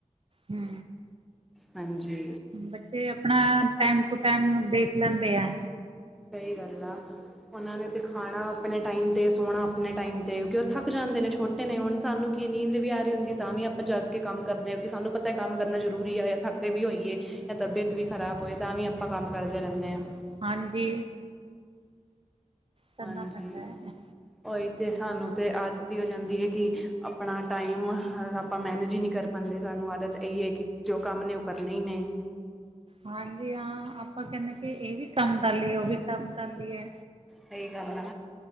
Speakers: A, on the right; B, in the centre.
A: ਹੂੰ
B: ਹਾਂਜੀ
A: ਬੱਚੇ ਆਪਣਾ ਟਾਈਮ ਟੂ ਟਾਈਮ ਹੁਣ ਦੇਖ ਲੈਂਦੇ ਆ
B: ਸਹੀ ਗੱਲ ਐ ਉਹਨਾਂ ਨੇ ਤੇ ਖਾਣਾ ਆਪਣੇ ਟਾਈਮ ਤੇ ਸੋਣਾ ਆਪਣੇ ਟਾਈਮ ਤੇ ਕਿਉਂਕਿ ਉਹ ਥੱਕ ਜਾਂਦੇ ਨੇ ਛੋਟੇ ਨੇ, ਹੁਣ ਸਾਨੂੰ ਕੀ ਨੀਂਦ ਵੀ ਆ ਰਹੀ ਹੁੰਦੀ ਤਾਂ ਵੀ ਆਪਾਂ ਜਾਗ ਕੇ ਕੰਮ ਕਰਦੇ ਹਾਂਉਂਕਿ ਸਾਨੂੰ ਪਤਾ ਹੈ ਕੰਮ ਕਰਨਾ ਜ਼ਰੂਰੀ ਆ ਜਾਂ ਥੱਕ ਥਕੇ ਵੀ ਹੋਈਏ ਜਾਂ ਤਬੀਅਤ ਵੀ ਖ਼ਰਾਬ ਹੋਏ ਤਾਂ ਵੀ ਆਪਾਂ ਕੰਮ ਕਰਦੇ ਰਹਿੰਦੇ ਹਾਂ
A: ਹਾਂਜੀ ਕਰਨਾ
B: ਹਾਂਜੀ
A: ਪੈਂਦਾ ਹੈ
B: ਹੋਈ ਤੇ ਸਾਨੂੰ ਤੇ ਆ ਦਿੱਤੀ ਹੋ ਜਾਂਦੀ ਹੈ ਕਿ ਆਪਣਾ ਟਾਈਮ ਆਪਾਂ ਮੈਨੇਜ ਹੀ ਨਹੀਂ ਕਰ ਹਾਂਜੀ ਸਾਨੂੰ ਆਦਤ ਇਹੀ ਹੈ ਕਿ ਜੋ ਕੰਮ ਨੇ ਉਹ ਕਰਨੇ ਹੀ ਨੇ
A: ਹਾਂਜੀ ਹਾਂ ਆਪਾਂ ਕਹਿੰਦੇ ਕਿ ਇਹ ਵੀ ਕੰਮ ਕਰ ਲਈਏ ਉਹ ਵੀ ਕੰਮ ਕਰ ਲਈਏ
B: ਸਹੀ ਗੱਲ ਆ